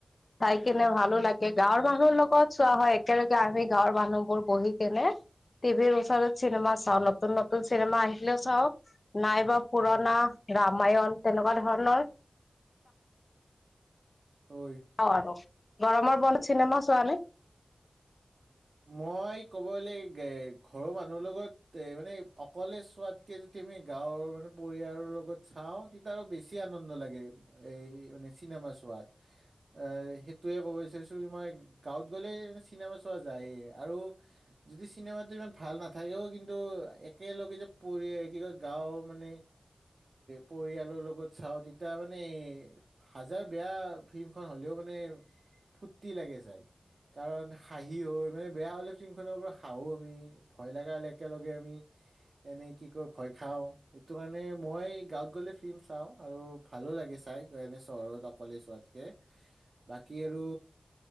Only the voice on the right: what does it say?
অ,
মই, ক'ব গ'লে এ ঘৰৰ মানুহৰ লগত এ মানে অকলে চোৱাত কে যদি আমি গাঁৱৰ মানে পৰিয়ালৰ লগত চাও, তেতিয়া আৰু বেছি আনন্দ লাগে। এই, মানে চিনেমা চোৱাত। এ, সেইটোয়ে ক'ব বিচাৰিছো মই গাঁৱত গ'লে চিনেমা চোৱা যায়, আৰু যদি, চিনেমাটো ইমান ভাল নাথাকেও কিন্তু একেলগে যে পৰি কি কয় গাও মানে পৰিয়ালৰ লগত চাওঁ তেতিয়া মানে হাজাৰ বেয়া ফিল্মখন হ'লেও মানে ফূৰ্তি লাগে চায় কাৰণ সি, হয় মানে বেয়া হ'লে চিমখনৰ পৰা হাঁহো আমি ভয় লগা একেলগে আমি এনেই কি কয় ভয় খাওঁ, সেইটো কাৰণে মই গাঁৱত গ'লে ফিল্ম চাওঁ। আৰু ভালো লাগে চাই। গ এনে চহৰত অকলে যোৱাতকে বাকী আৰু